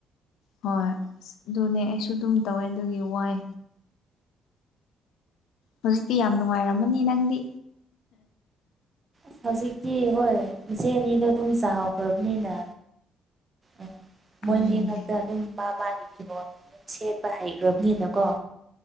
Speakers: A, on the left; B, on the right.
A: ꯍꯣꯏ ꯑꯁ ꯑꯗꯨꯅꯦ ꯑꯩꯁꯨ ꯑꯗꯨꯝ ꯇꯧꯋꯦ ꯑꯗꯨꯒꯤ ꯋꯥꯏ ꯍꯧꯖꯤꯛꯇꯤ ꯌꯥꯝ ꯅꯨꯡꯉꯥꯏꯔꯝꯃꯅꯤ ꯅꯪꯗꯤ
B: ꯑꯁ ꯍꯧꯖꯤꯛꯇꯤ ꯍꯣꯏ ꯃꯆꯦ ꯑꯅꯤꯗꯣ ꯑꯗꯨꯝ ꯆꯥꯎꯈ꯭ꯔꯕꯅꯤꯅ ꯑ ꯃꯣꯏꯅꯦ
A: ꯎꯝ
B: ꯈꯛꯇ ꯑꯗꯨꯝ ꯃꯥ ꯃꯥꯒꯤ ꯐꯤꯔꯣꯟ ꯑꯗꯨꯝ ꯁꯦꯠꯄ ꯍꯩꯈꯔꯕꯅꯤꯅꯀꯣ